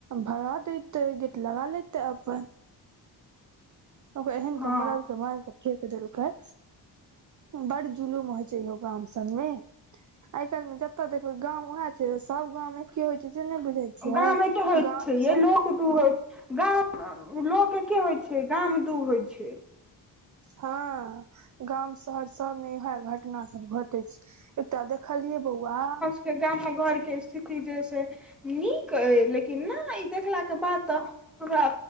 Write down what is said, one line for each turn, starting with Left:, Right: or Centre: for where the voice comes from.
Right: भगा देते गेट लगा लेते अपन ओ एहन
Centre: हँ
Right: कऽ मरलके मार के फेक देलकए बड जुलुम होइ छै इहो गाम सब में आइ काल में जतताे देखबे गाँंव उएह छै सब गांव मे की होय छै से ने बुझ बुझैछिए
Centre: गाम
Right: है
Centre: एके होइ
Right: गाम
Centre: छै यै
Right: सब
Centre: लोक दू होइ छै गाम लोक के होई छै गाम दू होई छै
Right: हाँ गाम शहर सब में इह घटना सब घटै एक टा अ देखलियए बौआ
Centre: गाम में घर के स्थिति जे से नीक लेकिन न ई देखलाक के बाद तऽ रा